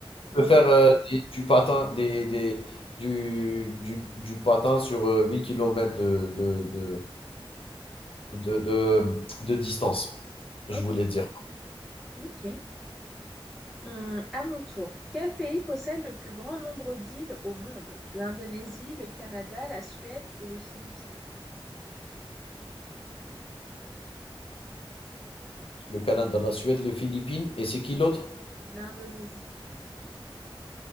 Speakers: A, in the centre; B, on the left.
A: Waouh.
B: Tu peux faire euh, des- du patin, des, des- du, du- du patin sur euh, 8 km de, de, de, de, de- de distance, je
A: Ok,
B: voulais dire.
A: ok. Hum, à mon tour, quel pays possède le plus grand nombre d'îles au monde? L'Indonésie, le Canada, la Suède ou les Philippines?
B: Le Canada, la Suède, les Philippines. Et c'est qui l'autre?
A: L'Indonésie.